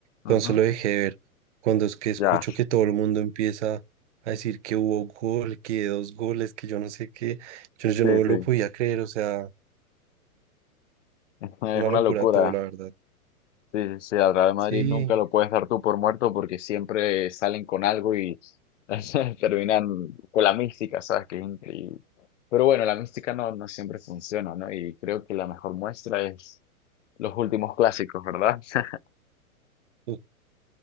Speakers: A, on the left (about 55°); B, on the right (about 50°).
A: ujú.
B: Entonces lo dejé de ver. Cuando es que escucho
A: Ya,
B: que todo el mundo empieza a decir que hubo gol, que dos goles, que yo no sé qué, yo, yo
A: sí,
B: no me
A: sí.
B: lo podía creer, o sea,
A: <laughs> Es
B: una
A: una
B: locura
A: locura.
B: todo, la verdad.
A: Sí, sí, sí, al Real Madrid
B: Sí,
A: nunca lo puedes dar tú por muerto porque siempre salen con algo y <laughs> terminan con la mística, ¿sabes? Que es increíble. Pero bueno, la mística no, no siempre funciona, ¿no? Y creo que la mejor muestra es los últimos clásicos, ¿verdad? <laughs>
B: u-